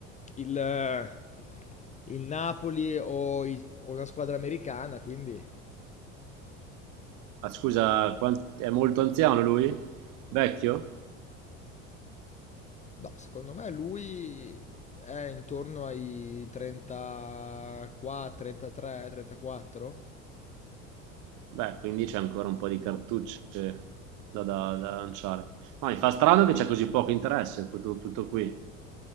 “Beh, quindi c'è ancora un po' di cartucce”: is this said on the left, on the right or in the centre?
Right